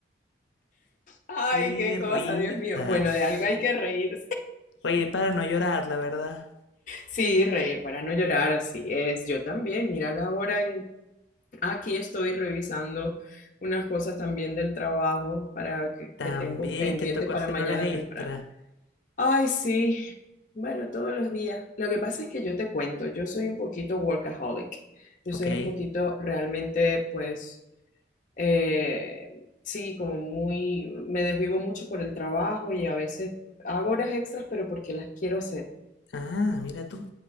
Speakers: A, on the left; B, on the left.
A: Ay,
B: Qué
A: qué cosa,
B: risa.
A: Dios mío. Bueno, de algo hay que reír
B: Oye, para no llorar, la verdad.
A: Sí, reír para no llorar, así es. Yo también, mira la hora y aquí estoy revisando unas cosas también del trabajo para que,
B: También
A: que tengo pendiente
B: te tocó
A: para
B: hacer
A: mañana
B: horas extra.
A: temprano. Ay, sí. Bueno, todos los días. Lo que pasa es que yo te cuento, yo soy un poquito workaholic. Yo soy
B: Ok.
A: un poquito realmente, pues, eh, sí, como muy, me desvivo mucho por el trabajo y a veces hago horas extras, pero porque las quiero hacer.
B: Ah, mira tú.